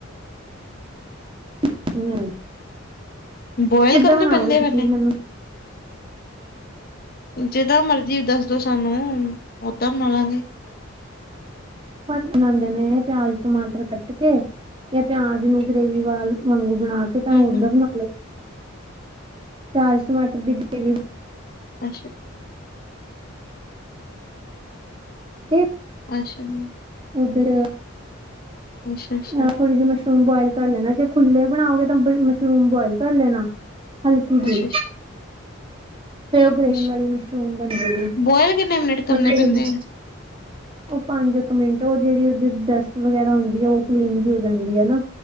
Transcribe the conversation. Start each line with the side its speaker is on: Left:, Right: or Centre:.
Right: <unintelligible>
Left: ਬੋਇਲ
Right: ਕਿੱਦਾਂ
Left: ਕਰਨੇ
Right: ਬਣਾਓਗੇ
Left: ਪੈਂਦੇ ਐ
Right: ਤੁਸੀਂ
Left: ਪਹਲੇ?
Right: ਮੈਨੂੰ
Left: ਜਿੱਦਾਂ ਮਰਜੀ ਦੱਸਦੋ ਸਾਨੂੰ, ਓਦਾਂ ਬਣਾਲਾਂਗੇ।
Right: ਭੜ ਬਣਾਂਦੇ ਨੇ ਪਿਆਜ, ਟਮਾਟਰ ਕੱਟਕੇ ਜਾਂ ਪਿਆਜ ਨੂੰ ਗ੍ਰੇਵੀ ਵਾਲ ਵਾਂਗੂ ਬਣਾ ਕੇ ਤਾਂ
Left: ਹੂੰ
Right: ਓਦਾਂ
Left: ਹੂੰ
Right: ਬਣਾ ਲੋ, ਪਿਆਜ, ਟਮਾਟਰ ਦੀ ਗ੍ਰੇਵੀ
Left: ਅੱਛਾ।
Right: ਕੀ
Left: ਅਛਾ ਬਈ।
Right: ਓਧਰ
Left: ਅੱਛਾ ਅੱਛਾ
Right: ਆਹ ਥੋੜ੍ਹੀ ਜੀ ਮਸ਼ਰੂਮ ਬੁਆਇਲ ਕਰ ਲੈਣਾ, ਜੇ ਖੁੱਲੇ ਬਣਾਓਗੇ, ਤਾਂ ਮਸ਼ਰੂਮ ਬੁਆਇਲ ਕਰ ਲੈਣਾ। ਹਲਕੀ ਜੀ
Left: ਅੱਛਾ
Right: ਤੇ ਉਹ ਗ੍ਰੇਵੀ
Left: ਅੱਛਾ
Right: ਵਾਲੀ ਮਸ਼ਰੂਮ ਬਣਜੇ ਗੀ,
Left: ਬੋਇਲ ਕਿੰਨੇ ਮਿੰਟ
Right: ਪਤਾ
Left: ਕਰਨੇ
Right: ਮੈਨੂੰ
Left: ਪੈਂਦੇ
Right: ਉਹ ਪੰਜ ਕ ਮਿੰਟ ਉਹ ਜਿਹੜੀ ਉਹਦੇ ਡਸਟ ਵਗੈਰਾ ਹੁੰਦੀ ਆ, ਉਹ ਕਲੀਨ ਵੀ ਹੋ ਜਾਂਦੀ ਐ ਨਾ।